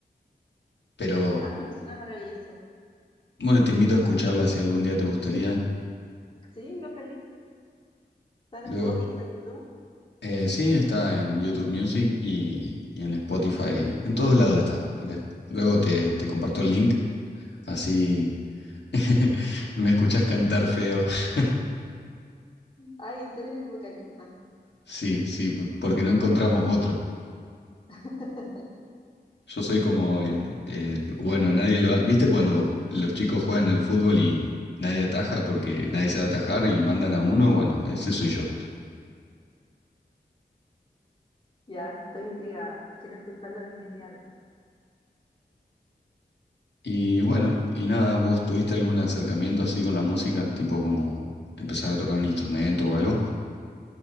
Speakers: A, on the left; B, on the left.
A: Pero
B: Ah, pero suena maravilloso.
A: bueno, te invito a escucharla si algún día te gustaría.
B: Sí, yo feliz. Está en
A: Luego,
B: Spotify, YouTube.
A: eh, sí, está en YouTube Music y, y en Spotify. En todos lados está. Des- Luego te, te comparto el link, así <laughs> me escuchas cantar feo. <laughs>
B: Ay, tú eres el vocalista.
A: Sí, sí, porque no encontramos otro.
B: <laughs>
A: Yo soy como, eh, eh, bueno, nadie lo ha... ¿Viste cuando los chicos juegan al fútbol y nadie ataja porque nadie sabe atajar y mandan a uno? Bueno, ese soy yo.
B: Ya, estoy intrigada. Quiero escucharlo definitivamente.
A: Y bueno, y nada, ¿vos tuviste algún acercamiento así con la música? Tipo como empezar a tocar un instrumento o algo.